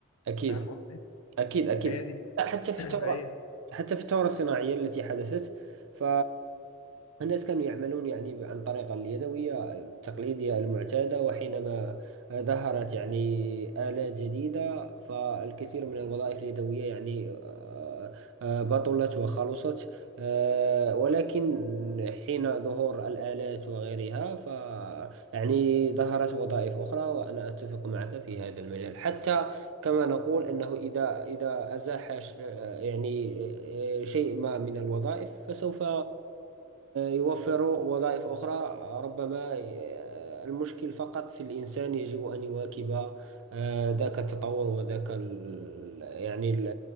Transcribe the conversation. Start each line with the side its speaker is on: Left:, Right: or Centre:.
Right: أكيد
Left: فاهم قصدي
Right: أكيد أكيد
Left: فهي دي
Right: لا، حتى في الثورة
Left: <clears throat> فهي
Right: حتى في الثورة الصناعية التي حدثت ف الناس كانوا يعملون يعني عن طريق اليدوية التقليدية المعتادة وحينما ظهرت يعني آلات جديدة فالكثير من الوظائف اليدوية يعني آه، آه، بطلت وخلصت آه، ولكن حين ظهور الآلات وغيرها ف يعني ظهرت وظائف أخرى وأنا أتفق معك في هذا المجال حتى كما نقول أنه إذا إذا أزاح ش- آه، يعني آه، آه، شيء ما من الوظائف فسوف يوفروا وظائف أخرى ربما آه، المشكل فقط في الإنسان يجب أن يواكب آه، ذاك التطور وذاك ال يعني ال